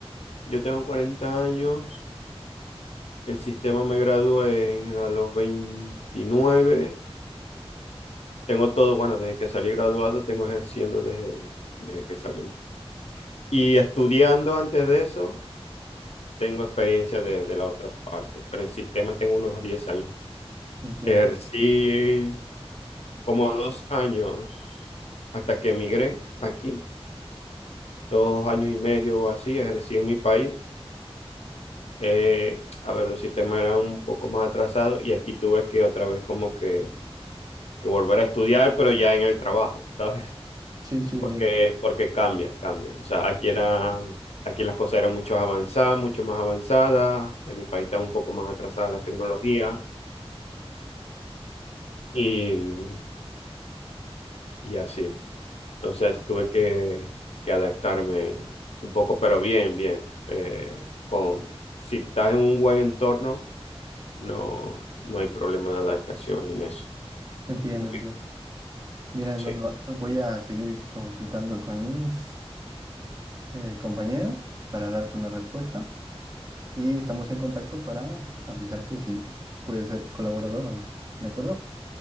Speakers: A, on the left; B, on the right.
A: Yo tengo 40 años, en sistema me gradué en- a los 29. Tengo todo, bueno, desde que salí graduado, tengo ejerciendo desde, desde que salí. Y estudiando antes de eso, tengo experiencia de, de la otra parte, pero en sistema tengo unos 10 años.
B: Entiendo.
A: Ejercí como dos años hasta que emigré aquí, dos años y medio o así, ejercí en mi país. Eh, a ver, los sistemas eran un poco más atrasados y aquí tuve que otra vez como que que volver a estudiar, pero ya en el trabajo, ¿sabes?
B: Sí, sí,
A: Porque,
B: entiendo.
A: porque cambia, cambia. O sea, aquí era, aquí las cosas eran mucho avanzadas, mucho más avanzadas. En mi país está un poco más atrasada la tecnología y, y así. Entonces tuve que, que adaptarme un poco, pero bien, bien. Eh, con, si estás en un buen entorno, no, no hay problema de adaptación en eso.
B: Entiendo,
A: Muy,
B: entiendo. Mira, Eduardo,
A: sí.
B: voy a seguir consultando con mis eh, compañeros para darte una respuesta y estamos en contacto para avisarte si puedes ser colaborador o no. ¿De acuerdo?